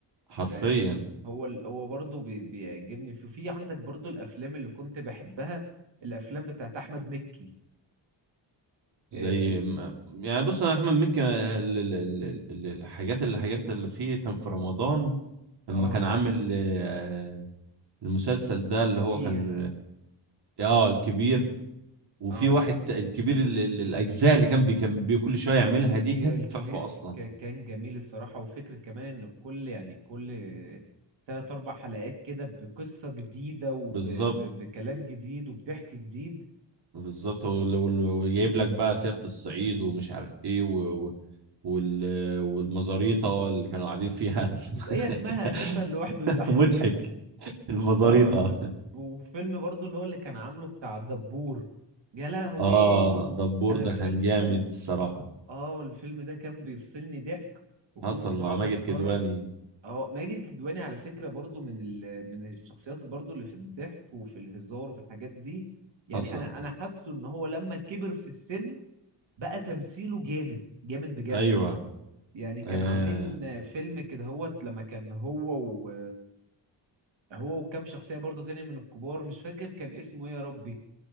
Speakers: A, on the right; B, on the right.
A: حرفيا
B: ده هو ال... هو برضه بي... بيعجبني في في عندك برضه الافلام اللي كنت بحبها الافلام بتاعت احمد مكي
A: زي
B: اه
A: ما- يعني بص انا احمد مكي آه، ال- ال- ال- ال- الحاجات اللي حاجات اللي فيه كان في رمضان لما
B: آه،
A: كان عامل آه، المسلسل ده اللي
B: كبير
A: هو كان اه آه، الكبير وفي
B: اه
A: واحد ت- الكبير ال- ال- الاجزاء اللي كان بي كان بي كل شويه يعملها دي
B: هي
A: كانت
B: الكبير
A: تحفه اصلا
B: ك... كان جميل الصراحة وفكرة كمان ان كل يعني كل تلات اربع حلقات كده بقصة جديدة وبكلام
A: بالظبط
B: جديد وبضحك جديد
A: بالظبط وال- وال- وجايب لك بقى صياغه الصعيد ومش عارف ايه و... و... وال... والمزاريطه اللي كانوا قاعدين فيها
B: بس هي اسمها
A: <laughs>
B: اساسا لوحده يضحك
A: مضحك المزاريطه
B: اه والله وفيلم برضو اللي هو اللي كان عامله بتاع الدبور يا لهوي
A: اه دبور
B: انا
A: ده
B: الفيلم
A: كان جامد
B: ده
A: الصراحة
B: اه الفيلم ده كان بيفصلني ضحك وكنت
A: حصل
B: بقعد
A: مع ماجد
B: اتفرج
A: كدواني
B: اه ماجد الكدواني على فكرة برضو من ال... من الشخصيات برضو اللي في الضحك وفي الهزار وفي الحاجات دي يعني
A: حصل
B: انا انا حاسه ان هو لما كبر في السن بقى تمثيله جامد جامد بجد
A: ايوه
B: يعني كان
A: آه
B: عاملين فيلم كده هوت لما كان هو هو وكام شخصية برضو تاني من الكبار مش فاكر كان اسمه ايه يا ربي